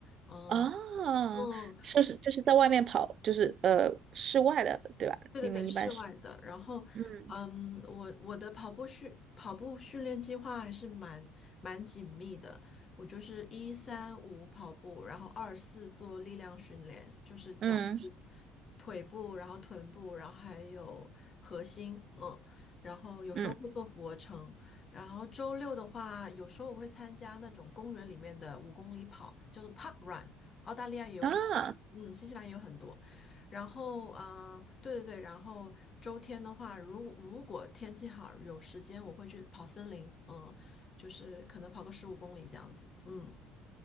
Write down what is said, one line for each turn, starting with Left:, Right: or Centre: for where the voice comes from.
Left: 嗯
Right: 啊，
Left: 嗯，
Right: 是是就是在外面跑，就是呃室外的，对吧？
Left: 对对对，
Right: 你们一般是
Left: 室外的。然后，
Right: 嗯
Left: 嗯，我我的跑步训跑步训练计划还是蛮蛮紧密的。我就是一三五跑步，然后二四做力量训练，就是脚步、
Right: 嗯
Left: 腿部，然后臀部，然后还有核心，嗯，然后有时候会做俯卧撑。
Right: 嗯
Left: 然后周六的话，有时候我会参加那种公园里面的五公里跑，叫做 Park Run，澳大利亚也有很，
Right: 啊。
Left: 嗯，新西兰也有很多。然后，啊，呃对对对，然后周天的话，如如果天气好有时间，我会去跑森林，嗯，就是可能跑个十五公里这样子，嗯，